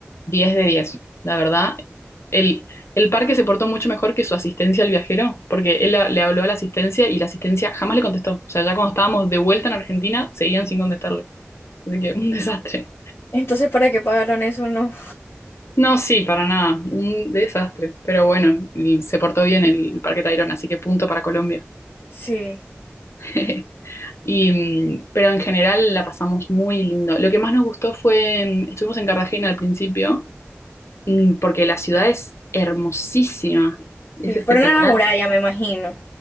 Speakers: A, on the left; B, on the left.
A: 10 de 10, la verdad. El, el parque se portó mucho mejor que su asistencia al viajero, porque él la- le habló a la asistencia y la asistencia jamás le contestó. O sea, ya cuando estábamos de vuelta en Argentina, seguían sin contestarle. Así que <laughs> un desastre.
B: Entonces, ¿para qué pagaron eso? No.
A: No, sí, para nada, un desastre. Pero bueno, se portó bien el Parque Tayrona, así que punto para Colombia.
B: Sí,
A: <laughs> Y, mm, pero en general la pasamos muy lindo. Lo que más nos gustó fue, mm, estuvimos en Cartagena al principio, mm, porque la ciudad es hermosísima, es
B: sí.
A: espectacular.
B: Fueron a la muralla, me imagino.